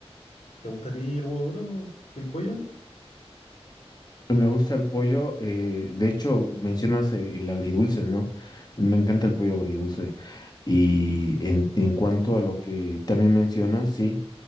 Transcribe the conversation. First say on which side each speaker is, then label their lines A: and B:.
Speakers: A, on the left (about 90°); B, on the left (about 40°).
A: ¿Te gusta a ti el huevo duro y el pollo?
B: Me gusta el pollo, eh, de hecho mencionas eh, el agridulce, ¿no? Me encanta el pollo agridulce. Y en, en cuanto a lo que también mencionas, sí,